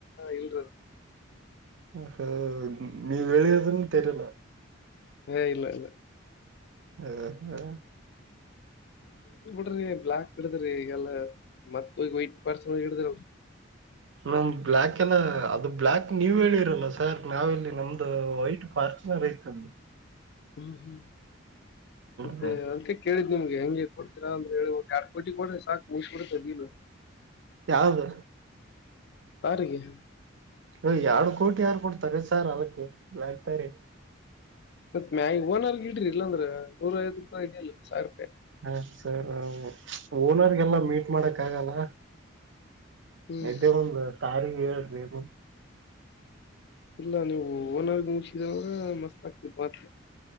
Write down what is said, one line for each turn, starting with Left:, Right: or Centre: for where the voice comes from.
Left: ಇಲ್ರ
Right: ಹ ಸ ನೀ ಬೆಳಿಯದು ತರಲ
Left: ಹಾ ಇಲ್ಲ ಇಲ್ಲ
Right: ಹಾ ಹಾ
Left: <unintelligible> ಬ್ಲಾಕ್ ಹಿಡದ್ರಿ ಈಗಲ್ಲಾ ಮತ್ತ ಈ ವೈಟ್ ಪರ್ಸನ್ ಹಿಡದ್ರಿ ಅವಿ
Right: ನಮ್ ಬ್ಲ್ಯಾಕ್ ಎಲ್ಲ ಅದು ಬ್ಲ್ಯಾಕ್ ನೀವ್ ಹೇಳಿರಲ್ಲ ಸರ್ ನಾವ ಇಲ್ಲಿ ನಮ್ದು ವೈಟ್ ಪಾರ್ಕ್ ರೇತು
Left: ಹ್ಮ್ ಹ್ಮ್ ಮತ್ತೆ
Right: ಹ್ಮ್
Left: ಅಲ್ ಕ ನಿಮ್ಗೆ ಹೆಂಗೆ ಕೊಡ್ತೀರಾ ಅಂದ್ರ ಹೇಳಿ ಕಾರ್ ಕೋಟಿ ಕೊಡ್ರೆ ಸಾಕಕ್ ಮುಗ ಕೊಡತದನು
Right: ಯಾವ್ದು
Left: <unintelligible>
Right: ಅ ಎರಡ್ ಕೋಟಿ ಯಾರ ಕೊಡ್ತಗ ಸಾರ್ ಅಲಕ್ ಆತರಿ
Left: ಮತ್ ಮ್ಯಾಗ್ ಓನರ್ಗ ಇಡ್ರಿ ಇಲ್ಲಂದ್ರ ನೂರ ಐವತ್ ರೂಪಾಯಿ ಇದಿಲ್ಲ ಸಾವಿರ್
Right: ಹ ಸರ್ ಓನರ್ಗೆಲ್ಲ ಮೀಟ್ ಮಾಡಕ ಆಗಲ್ಲ
Left: ಹ್ಮ್
Right: ಇದ್ದಿದ್ ಒಂದ ತಾರಿ ಹೇಳ್ರಿ <unintelligible>
Left: ಇಲ್ಲ ನೀವು ಓನರ್ಗಾ ಮುಗಸಿದಂದ್ರ ಮಸ್ತ್ ಆಗ್ತಿತ್ ಮತ್ತೆ.